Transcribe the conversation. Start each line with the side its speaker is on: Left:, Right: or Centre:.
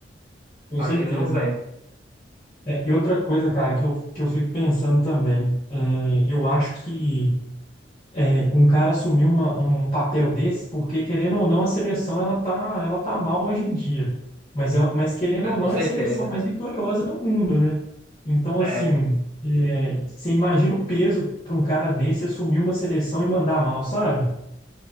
Left: Com
Right: Acho
Left: certeza.
Right: que ele não vem,
Left: É, e outra coisa, cara, que eu, que eu fico pensando também, é, eu acho que é, um cara assumir uma, um papel desse, porque querendo ou não, a seleção ela tá, ela tá mal hoje em dia. Mas, é, mas querendo
Right: né?
Left: ou
Right: Com
Left: não,
Right: certeza.
Left: é a seleção mais vitoriosa do mundo, né? Então,
Right: É.
Left: assim, é, você imagina o peso para um cara desse assumir uma seleção e mandar mal, sabe?